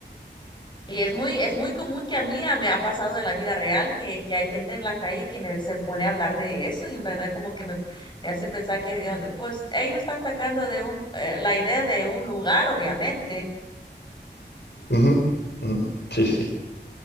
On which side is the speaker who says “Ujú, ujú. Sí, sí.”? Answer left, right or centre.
Left